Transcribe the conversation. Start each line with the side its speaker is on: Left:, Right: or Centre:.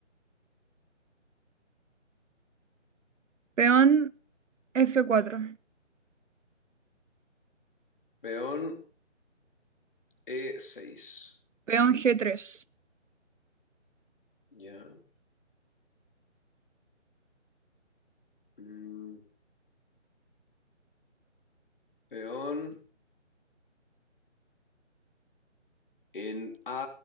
Right: Peón f cuatro,
Left: Peón e seis.
Right: peón g tres,
Left: Ya. Mm, peón en a